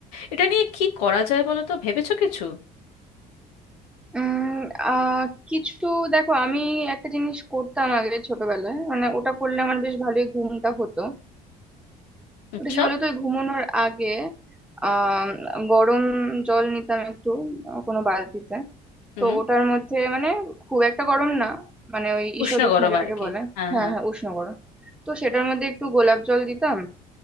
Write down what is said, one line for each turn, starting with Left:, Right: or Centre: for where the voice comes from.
Left: এটা নিয়ে কি করা যায় বলো তো ভেবেছো কিছু
Centre: উম আহ কিছু দেখো আমি একটা জিনিস করতাম আগে ছোটবেলায় মানে ওটা করলে আমার বেশ ভালোই ঘুমটা হতো
Left: আচ্ছা
Centre: ওটা কি বলতো ওই ঘুমানোর আগে আহ গরম জল নিতাম একটু আহ, কোনো বালতিতে
Left: হুম
Centre: তো ওটার মধ্যে মানে খুব একটা গরম না মানে ওই ঈষৎ
Left: উষ্ণ
Centre: উষ্ণ
Left: গরম
Centre: যেটাকে
Left: আর কি
Centre: বলে
Left: হ্যাঁ
Centre: হ্যাঁ
Left: হ্যাঁ
Centre: হ্যাঁ উষ্ণ গরম তো সেটার মধ্যে একটু গোলাপ জল দিতাম